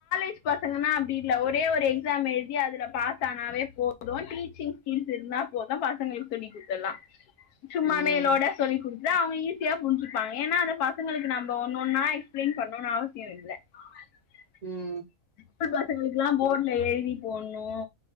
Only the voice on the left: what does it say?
<inaudible> பசங்கன்னா அப்டி இல்ல ஒரே ஒரு எக்ஸாம் எழுதி அதுல பாஸ் ஆனாவே போது டீச்சிங் ஸ்கில்ஸ் இருந் தா போது பசங்களுக் சொல்லி குட்த்தர்லா சும்மா
மேலோட சொல்லி் குடு த்தா அவங்க ஈஸியா புரிஞ்சிப்பாங்க ஏனா அந்த பசங்களுக்கு நம்ப ஒன்னொன்னா எக்ஸ்பிளைன் பண்ணுனு அவசியோ இல்ல ஆ
<inaudible> பசங்களுக்கெல்லா போர்டுல எழுதி போட்ணு